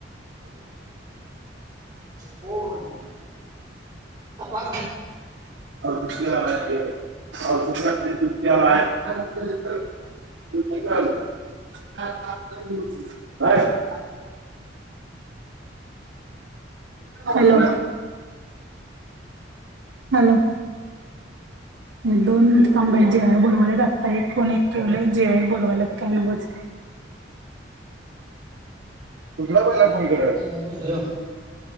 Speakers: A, on the right (about 25°); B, on the right (about 70°).
A: फोन हॅलो
B: याला आहे काय हॅलो हॅलो दोन मिनिट थांबा जेवायला बोलवाले आत्ता एक फोन एक केवले जेव्हा एक बोलवाल्यात काय नगच कुठला पहिला फोन कराय
A: ल